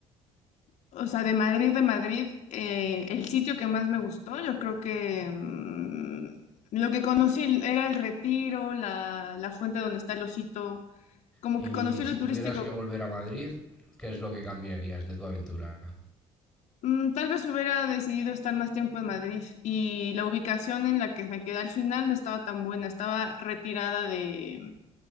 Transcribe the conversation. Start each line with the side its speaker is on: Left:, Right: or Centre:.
Left: o sea, de Madrid, de Madrid, eh, el sitio que más me gustó, yo creo que mm, lo que conocí era el Retiro, la, la fuente donde está el Osito, como
Centre: Y
Left: que conocí lo
Centre: si tuvieras
Left: turístico
Centre: que volver a Madrid, ¿qué es lo que cambiarías de tu aventura
Left: Mm, tal vez hubiera decidido estar más tiempo en Madrid y la ubicación en la que me quedé al final no estaba tan buena, estaba retirada de,